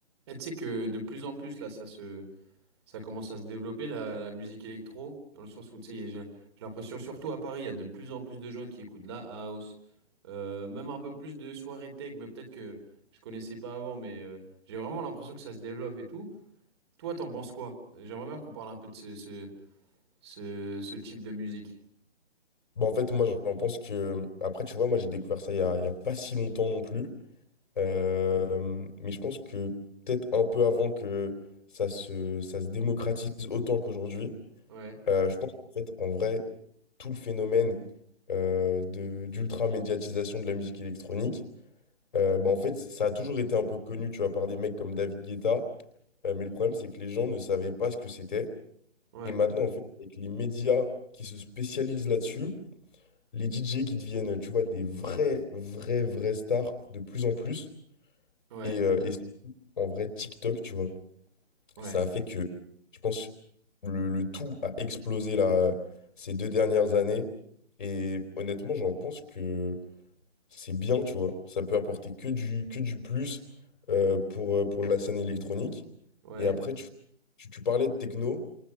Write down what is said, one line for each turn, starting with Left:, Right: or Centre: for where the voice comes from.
Right: Et tu sais que de plus en plus, là, ça se, ça commence à se développer, la, la musique électro, dans le sens où, tu sais, il y a- j'ai j'ai l'impression, surtout à Paris, il y a de plus en plus de gens qui écoutent de la house, euh, même un peu plus de soirée tech, mais peut-être que je connaissais pas avant, mais euh, j'ai vraiment l'impression que ça se développe et tout. Toi, t'en penses quoi? J'aimerais bien qu'on parle un peu de ce, ce, ce, ce type de musique.
Left: Bah, en fait, moi, j'en pense que... Après, tu vois, moi, j'ai découvert ça il y a, il y a pas si longtemps non plus. Euh, mais je pense que peut-être un peu avant que ça se, ça se démocratise autant qu'aujourd'hui,
Right: Ouais,
Left: euh, je pense qu'en fait, en vrai, tout le phénomène euh, de, d'ultra-médiatisation de la musique électronique, euh, bah, en fait, ça a toujours été un peu connu, tu vois, par des mecs comme David Guetta. Euh, mais le problème, c'est que les gens ne savaient pas ce que c'était.
Right: ouais,
Left: Et maintenant, en fait, avec les médias qui se spécialisent là-dessus, les DJ qui deviennent, tu vois, des vrais, vrais, vrais stars de plus en plus.
Right: ouais,
Left: Et, euh, et en vrai, TikTok, tu vois,
Right: ouais,
Left: ça a fait que, je pense, le, le tout a explosé là, ces deux dernières années. Et honnêtement, j'en pense que c'est bien, tu vois. Ça peut apporter que du, que du plus euh, pour, euh, pour la scène électronique.
Right: ouais.
Left: Et après, tu, tu, tu parlais de techno.